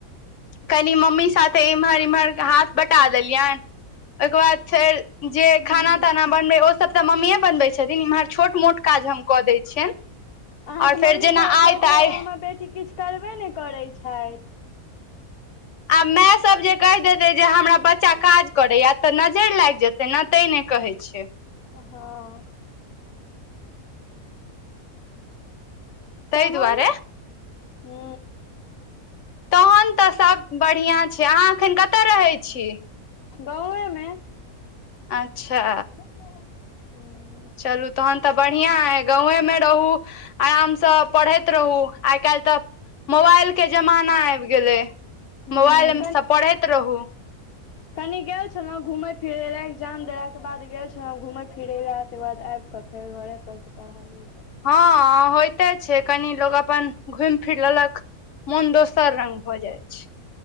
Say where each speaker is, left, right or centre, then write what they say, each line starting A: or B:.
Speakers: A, on the left; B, on the left.
A: कनि मम्मी साथे इम्हर इम्हर हाथ बटा देलियनि ओहिके बाद फेर जे
B: हूँ
A: खाना ताना बनबै ओसभ तऽ मम्मीए बनबै छथिन इम्हर छोट मोट काज हम कऽ दै छियनि
B: अहाँके
A: आओर फेर
B: मम्मी
A: जेना
B: कहैत
A: आइ
B: छै
A: तऽ
B: जे
A: आइ
B: हमर बेटी किछु करबे नै करै छैथ
A: आ माय सब जे कहि देतै जे हमरा बच्चा काज करैये तऽ नजैर लागि जेतै ने तैं नै कहै छै
B: हँ तहन
A: ताहि दुआरे
B: हू
A: तहन तऽ सभ बढ़िआँ छै अहाँ अखन कतय रहै छी
B: गाँवेमे
A: अच्छा
B: <inaudible> हूँ
A: चलू तहन तऽ बढ़िआँ अए गावेमे रहू आरामसँ पढ़ैत रहू आइ काल्हि तऽ मोबाइल के जमाना आबि गेलै
B: हूँ
A: मोबाइलसँ पढ़ैत रहू
B: कनी गेल छलौ घूमेय फिरे ले एग्जाम देला ओके बाद गेल छलौ घूमय फिरे ले तकर बाद आब त फेर घरेपरसँ पढ़ाइ होइ छै
A: हँ होयइते छै कनि लोकोग अपन घुमि फिर लेलक मन दोसर रंग भऽ जाइ छै